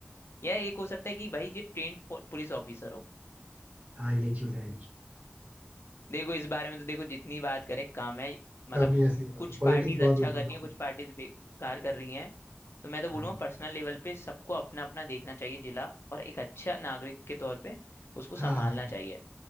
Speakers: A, on the left; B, on the right.
A: या एक हो सकता है कि भाई ये ट्रेंड पुलिस ऑफिसर हो
B: हाँ ये चीज है
A: देखो इस बारे में तो देखो जितनी बात करें कम है मतलब
B: काफी ऐसी बात
A: कुछ
B: है पॉलिटिक्स
A: पार्टीज
B: बहुत
A: अच्छा
B: लंबा
A: कर रही
B: टॉपिक
A: है कुछ
B: है
A: पार्टीज बेकार कर रही हैं तो मैं तो
B: हाँ
A: बोलूंगा पर्सनल लेवल पे सबको अपना अपना देखना चाहिए जिला और एक अच्छा नागरिक के तौर पे उसको संभालना
B: हाँ
A: चाहिए